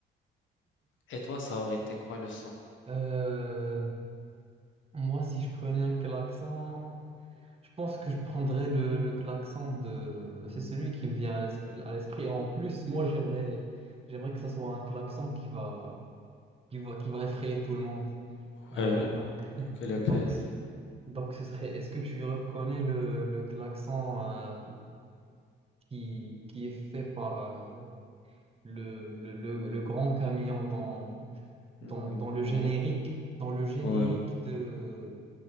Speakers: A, on the left; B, on the right.
A: Et toi, ça aurait été quoi le son?
B: Euh, moi, si je prenais un klaxon. Je pense que je prendrais le, le klaxon de... C'est celui qui me vient à l'esprit. à l'esprit. En plus, moi, j'aimerais, j'aimerais que ça soit un klaxon qui va, qui va, qui va effrayer tout le monde. Euh,
A: Ouais,
B: donc, <laughs>
A: lequel, lequel?
B: donc, donc, ce serait... Est-ce que tu reconnais le, le klaxon euh, qui, qui est fait par euh, le, le, le- le grand camion dans,
A: Le
B: dans, dans le
A: grand,
B: générique, dans le générique
A: ouais.
B: de,